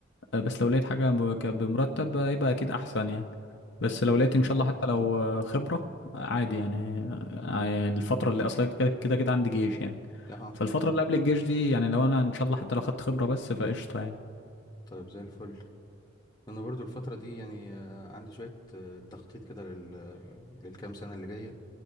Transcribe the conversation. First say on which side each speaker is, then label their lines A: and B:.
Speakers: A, on the left; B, on the left.
A: آه، بس لو لقيت حاجة ب- ك- بمرتب آه، يبقى اكيد احسن يعني بس
B: فكرة
A: لو لقيت
B: جميلة
A: ان شاء الله حتى لو آه، خبرة آه، عادي يعني آه، آه، الفترة اللي اصلا كده كده كده عندي جيش يعني
B: اها
A: فالفترة اللي قبل الجيش دي يعني لو انا ان شاء الله حتى لو خدت خبرة بس فقشطة يعني
B: طيب زي الفل انا برضو الفترة دي يعني آه، عندي شوية آه، تخطيط كده لل للكام سنة اللي جاية